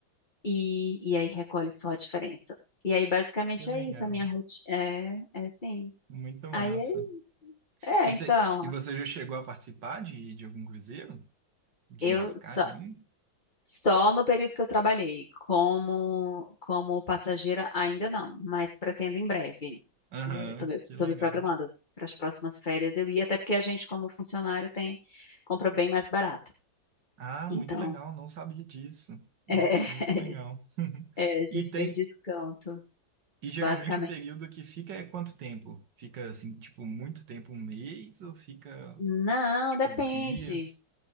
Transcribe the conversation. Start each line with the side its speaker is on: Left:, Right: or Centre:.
Left: e, e aí recolhe só a diferença. E aí, basicamente,
Right: Que legal.
Left: é isso, a minha rotina. É, é assim.
Right: Muito massa.
Left: Aí, é, isso. é,
Right: E,
Left: então,
Right: cê- e você já chegou a participar de, de algum cruzeiro? De
Left: eu
Right: embarcar
Left: só,
Right: em um?
Left: só no período que eu trabalhei, como, como passageira, ainda não, mas pretendo em breve.
Right: Aham,
Left: É, tô me,
Right: que
Left: tô
Right: legal.
Left: me programando para as próximas férias. Eu ia, até porque a gente, como funcionário, tem, compra bem mais barato.
Right: Ah,
Left: Então,
Right: muito legal, não sabia disso. Nossa,
Left: é,
Right: muito
Left: <laughs>
Right: legal. <laughs>
Left: é, a gente
Right: E tem,
Left: tem desconto.
Right: e geralmente
Left: Basicamente.
Right: o período que fica é quanto tempo? Fica assim, tipo, muito tempo, um mês, ou fica
Left: Não,
Right: Tipo,
Left: depende.
Right: dias.